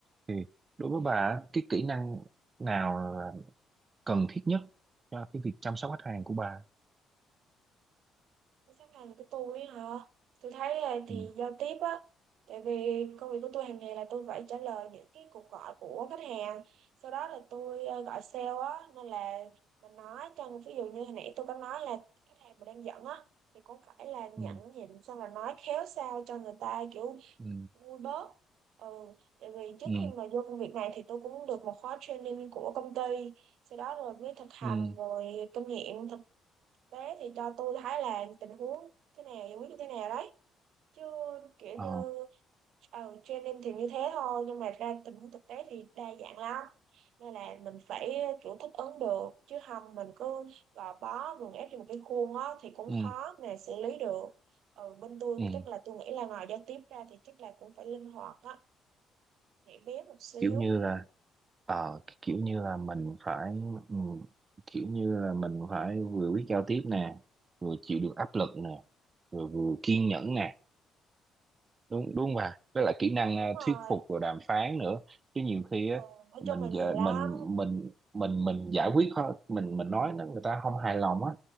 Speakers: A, on the right; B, on the right.
A: Thì đối với bà á, cái kỹ năng nào là cần thiết nhất cho cái việc chăm sóc khách hàng của bà?
B: sắp hàng của tôi hả tôi thấy là thì
A: Ừ,
B: giao tiếp á tại vì công việc của tôi hàng ngày là tôi phải trả lời những cái cuộc gọi của khách hàng sau đó là tôi ờ, gọi sale á nên là mình nói cho ví dụ như hồi nãy tôi có nói là khách hàng mà đang giận á thì cũng phải là nhẫn
A: ừ,
B: nhịn xong rồi nói khéo sao cho người ta kiểu
A: ừ,
B: vui bớt ừ tại vì trước
A: ừ,
B: khi mà vô công việc này thì tôi cũng được một khóa training của công ty sau đó rồi mới thực hành
A: ừ,
B: rồi kinh nghiệm Thế thì cho tôi thấy là tình huống thế nào giải quyết như thế nào đấy. Chứ kiểu
A: ờ,
B: như ờ, training thì như thế thôi nhưng mà ra tình huống thực tế thì đa dạng lắm. Nên là mình phải kiểu thích ứng được chứ không mình cứ gò bó gượng ép trong một cái khuôn á thì cũng
A: ừ,
B: khó mà xử lý được. Ừ, bên tôi
A: ừ.
B: chắc là tôi nghĩ là ngoài giao tiếp ra thì chắc là cũng phải linh hoạt á, nhảy bén một xíu.
A: kiểu như là ờ kiểu như là mình phải ừ, kiểu như là mình phải vừa biết giao tiếp nè vừa chịu được áp lực nè vừa vừa kiên nhẫn nè đúng đúng không bà với lại kỹ năng
B: Đúng
A: à,
B: rồi,
A: thuyết phục và đàm phán nữa chứ nhiều khi
B: ừ,
A: á
B: nói
A: mình
B: chung là nhiều
A: giờ mình
B: lắm.
A: mình mình mình giải quyết khó- mình mình nói nó người ta không hài lòng á